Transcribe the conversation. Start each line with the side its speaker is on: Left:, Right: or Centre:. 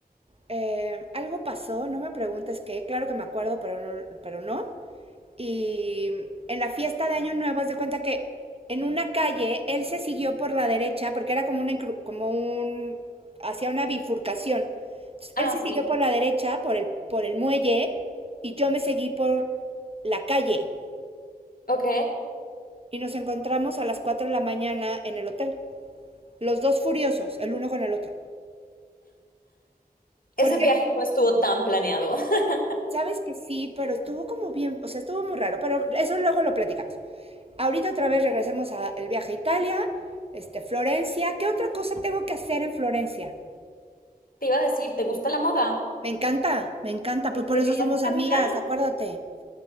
Right: eh, algo pasó, no me preguntes qué, claro que me acuerdo, pero no, pero no. Y en la fiesta de Año Nuevo, haz de cuenta que en una calle él se siguió por la derecha porque era como, una, incru- como un. hacía una bifurcación. Entonces,
Left: Ah,
Right: él se
Left: sí.
Right: siguió por la derecha, por el, por el muelle, y yo me seguí por la calle.
Left: Ok.
Right: Y nos encontramos a las 4 de la mañana en el hotel. Los dos furiosos, el uno con el otro.
Left: Ese
Right: Porque
Left: viaje no estuvo tan planeado. <laughs>
Right: Sabes que sí, pero estuvo como bien, o sea, estuvo muy raro, pero eso luego lo platicamos. Ahorita otra vez regresemos al viaje a Italia, este, Florencia. ¿Qué otra cosa tengo que hacer en Florencia?
Left: Te iba a decir, ¿te gusta la moda?
Right: Me encanta, me encanta, pues por
Left: Deberías
Right: eso somos
Left: ir
Right: amigas,
Left: a Milán.
Right: acuérdate.